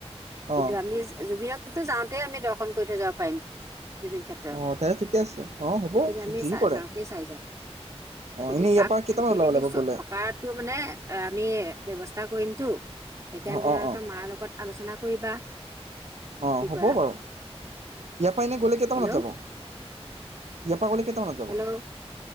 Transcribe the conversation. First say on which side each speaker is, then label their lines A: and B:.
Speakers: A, on the right; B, on the right.
A: কিন্তু
B: অঁ
A: আমি তে যাওঁতে আমি দৰ্শন কৰি থৈ যাব পাৰিম। জুবিন ক্ষেত্ৰ,
B: অঁ তেন্তে ঠিকে আছে অঁ হ'ব
A: সেইখিনি আমি
B: যি
A: চাই
B: কৰে
A: যাওঁতে চাই যাম
B: অঁ
A: কিন্তু
B: এনেই
A: তাত
B: ইয়াৰ পৰা কেইটামানত
A: থাকি
B: ওলাব
A: মেলি
B: লাগিব গ'লে
A: থকা মানে আমি ব্যৱস্থা <unintelligible> সেইকাৰণে
B: অঁ
A: তোমালোকৰ
B: অঁ অঁ
A: মাৰ লগত আলোচনা কৰিবা।
B: অঁ
A: কি
B: হ'ব
A: কৰা
B: বাৰু ইয়াৰ পৰা এনেই গ'লে কেইটামানত
A: হেল্ল'
B: যাব ইয়াৰ পৰা গ'লে কেইটামানত
A: হেল্ল'